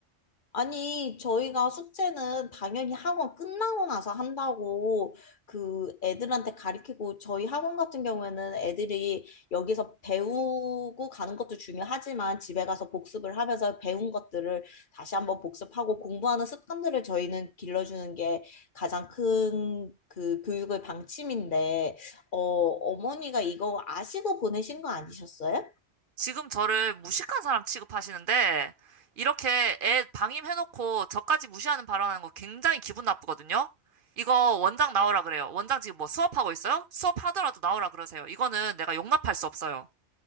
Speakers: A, on the left; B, on the right.
A: 아니, 저희가 숙제는 당연히 학원 끝나고 나서 한다고 그 애들한테 가르치고 저희 학원 같은 경우에는 애들이 여기서 배우고 가는 것도 중요하지만 집에 가서 복습을 하면서 배운 것들을 다시 한번 복습하고 공부하는 습관들을 저희는 길러주는 게 가장 큰 그 교육의 방침인데, 어, 어머니가 이거 아시고 보내신 거 아니셨어요?
B: 지금 저를 무식한 사람 취급하시는데, 이렇게 애 방임해놓고 저까지 무시하는 발언하는 거 굉장히 기분 나쁘거든요? 이거 원장 나오라 그래요. 원장 지금 뭐 수업하고 있어요? 수업하더라도 나오라 그러세요. 이거는 내가 용납할 수 없어요.